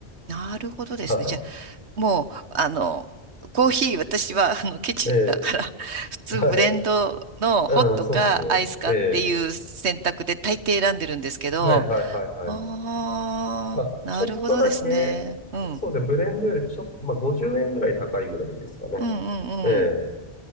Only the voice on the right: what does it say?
なるほどですね。
じゃあ、もう、あの、コーヒー、私は、あの、ケチだから、
<laughs> 普通ブレンドのホットかアイスかっていう選択で大抵選んでるんですけど、
ああ、
なるほどですね。
うん、
うん、
うん、
うん。